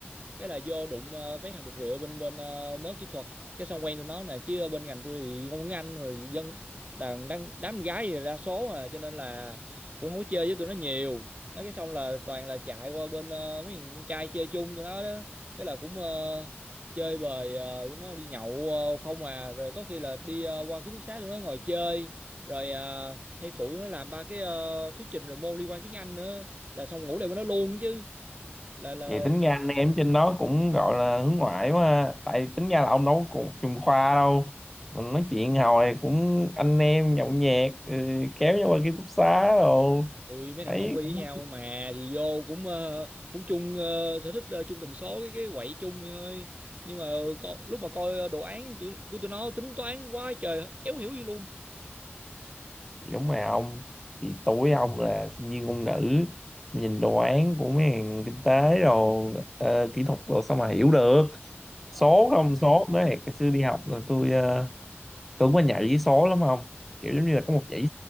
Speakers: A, on the right; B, in the centre.
A: cái là vô đụng ờ, mấy thằng được rửa bên bên ờ, mớ kỹ thuật cái xong quen tụi nó nè chứ bên ngành tôi thì ngôn ngữ Anh rồi dân đàn đám, đám gái thì đa số à cho nên là cũng không có chơi với tụi nó nhiều nói cái xong là toàn là chạy qua bên ờ, mấy thằng trai chơi chung tụi nó đó cái là cũng ờ, chơi bời ờ, tụi nó đi nhậu ờ, không à rồi có khi là đi ờ, qua ký túc xá tụi nó ngồi chơi rồi ờ, hay phụ tụi nó làm ba cái ờ, thuyết trình rồi môn liên quan tiếng Anh nữa là xong ngủ lại với nó luôn chứ là là
B: Vậy tính ra anh em trên đó cũng gọi là hướng ngoại quá ha. Tại tính ra là ông đâu có cùng chung khoa đâu. Mình nói chuyện hồi cũng anh em nhậu nhẹt ừ, kéo nhau qua ký túc xá rồi.
A: ui mấy thằng
B: Thấy
A: homie với
B: cũng-
A: nhau mà thì vô cũng ờ, cũng chung ờ, sở thích ờ, chung tần số cái cái quậy chung vậy thôi. Nhưng mà co, lúc mà coi ờ, đồ án tụi, của tụi nó tính toán quá trời éo hiểu gì luôn.
B: thì đúng mà ông. Thì tuổi ông là sinh viên ngôn ngữ. Nhìn đồ án của mấy hàng kinh tế rồi ờ, kỹ thuật rồi sao mà hiểu được.
A: Ờ
B: Số không số
A: ờ
B: nữa thì cái xưa đi học là tôi ờ, tưởng mà nhạy với số lắm không kiểu giống như là có một dãy